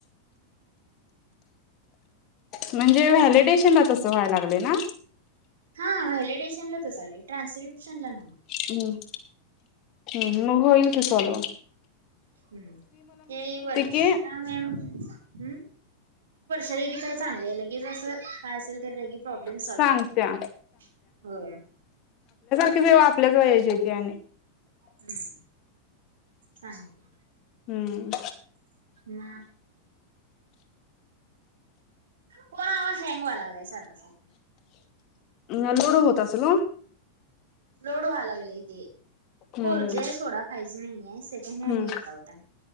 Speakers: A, on the left (about 40°); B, on the right (about 60°).
A: म्हणजे व्हॅलिडेशनला तसं व्हायला लागले ना.
B: हा व्हॅलिडेशनला तच, चाली ट्रान्स्किपशन ला नाव.
A: हम् हम् नुभईल त चल.
B: ह ते वर्षमम
A: की
B: हम्. शरीकडे चांगलं आहे लगेच असं. काय असेल तर लगी, प्रॉब्लेम
A: सांगत्या
B: सॉल्व करतेरा हो.
A: ेव आपल्याला, वयचीे आणि
B: हम्म हां <unintelligible>
A: हम्म.
B: ना. कोण हवा हँग व्हा, लागलाय सारखं सारखं.
A: अ लोडो होत असल.
B: लोड व्हा लागले इथे
A: हम्म
B: खोरजे आहे सोडा पाहिजे, नाहीय सेकंड हँड
A: हम्म
B: घेतला होता.